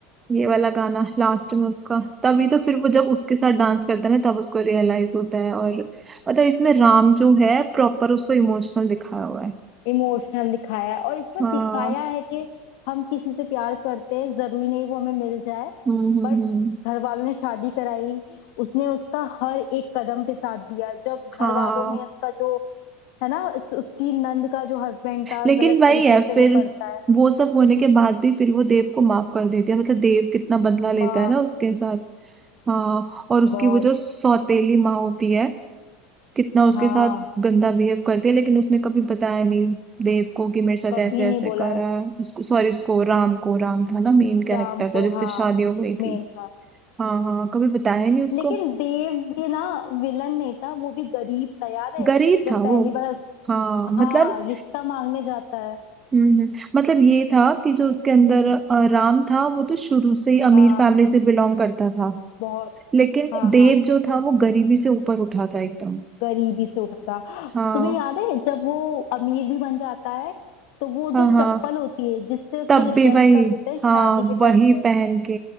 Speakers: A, on the right; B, on the left.
A: ये वाला गाना लास्ट में उसका तभी तो फिर वो जब उसके साथ डांस करता है ना तब उसको रियलाइज होता है और मतलब इसमें राम जो है प्रॉपर उसको इमोशनल दिखाया हुआ है
B: इमोशनल दिखाया है और इसमें
A: हाँ
B: दिखाया है कि हम किसी से प्यार करते हैं जरूरी नहीं वो हमें मिल जाए
A: हम्म हम्म
B: बट
A: हम्म
B: घर वालों ने शादी कराई उसने उसका हर एक कदम पे साथ दिया जब
A: हाँ
B: घर वालों में उसका जो है ना उस- उसकी नंद का जो हस्बैंड था
A: लेकिन
B: गलत
A: वही
B: तरीके
A: है
B: से
A: फिर
B: वो करता है
A: वो सब होने के बाद भी फिर वो देव को माफ कर देती है मतलब देव कितना बदला लेता
B: माफ
A: है ना उसके साथ हाँ और उसकी
B: बहुत
A: वो जो सौतेली माँ होती है कितना उसके
B: हाँ
A: साथ गंदा बिहेव करती है लेकिन उसने कभी बताया नहीं देव को कि मेरे साथ
B: कभी
A: ऐसे ऐसे
B: नहीं बोला
A: करा है उसको सॉरी उसको राम को राम था ना मेन कैरेक्टर
B: राम को
A: था जिससे
B: हाँ
A: शादी हो गई थी
B: मेन था
A: हाँ हाँ हाँ, कभी बताया नहीं उसको
B: लेकिन देव भी ना विलन नहीं था वो भी गरीब था याद है
A: गरीब
B: जब
A: था
B: पहली
A: वो
B: बार उस
A: हाँ
B: हाँ
A: मतलब
B: रिश्ता मांगने जाता है
A: हम्म हम्म, मतलब ये था कि जो उसके अंदर अ, राम था वो तो शुरू से ही अमीर
B: हाँ
A: फैमिली से बिलोंग करता था
B: बहुत
A: लेकिन
B: हाँ
A: देव
B: हाँ
A: जो था वो गरीबी से ऊपर उठा था एकदम
B: गरीबी से उठा था
A: हाँ
B: तुम्हें याद है जब वो अमीर भी बन जाता है तो वो
A: हाँ
B: जो
A: हाँ
B: चप्पल होती है जिससे उसको
A: तब
B: रिजेक्ट
A: भी वही
B: कर देते हैं शादी
A: हाँ
B: के टाइम
A: वही
B: पे
A: पहन के